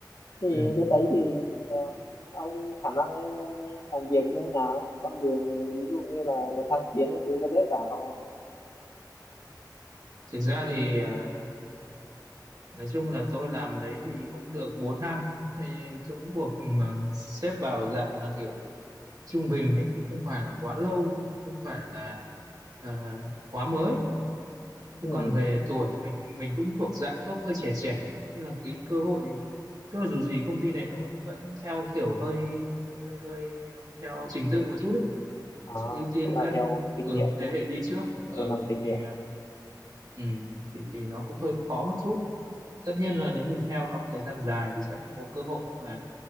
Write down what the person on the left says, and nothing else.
thì
bên đấy thì ờ, ông khả năng làm việc như thế nào con đường ờ, ví dụ như là muốn thăng tiến cái thứ có dễ dàng không không
ừ.
à,
tức là
theo kinh
nghiệm
đúng không
theo năm kinh
nghiệm